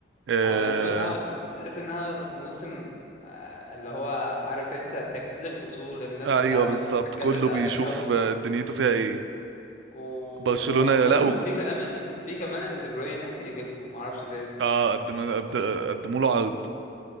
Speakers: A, on the right; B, on the left.
A: أه...
B: آه غالبا اه عشان تحس انها موسم آه اللي هو عارف انت تجديد الفصول الناس
A: ايوه
B: كلها بت-
A: بالظبط
B: بتجدد
A: كله
B: لعبتها
A: بيشوف آه، دنيته فيها ايه
B: و...
A: برشلونة
B: وكمان
A: لا وج-
B: في كلام ان في كمان ان دي بروين ممكن يجي لكم ما اعرفش ليه
A: اه قدم قد- قدموا له عرض